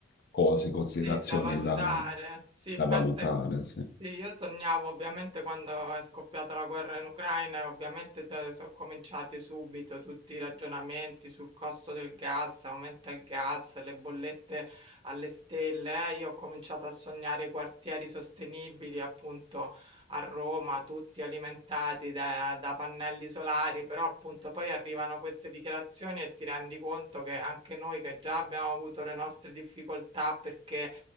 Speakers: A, on the left; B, on the right.
A: cose, considerazioni
B: sì, da valutare.
A: da,
B: Sì,
A: da
B: pensa.
A: valutare, sì.
B: Sì, io sognavo ovviamente quando è scoppiata la guerra in Ucraina e ovviamente t- sono cominciati subito tutti i ragionamenti sul costo del gas, aumenta il gas, le bollette alle stelle. eh. Io ho cominciato a sognare quartieri sostenibili, appunto, a Roma, tutti alimentati da, da pannelli solari, però appunto poi arrivano queste dichiarazioni e ti rendi conto che anche noi che già abbiamo avuto le nostre difficoltà perché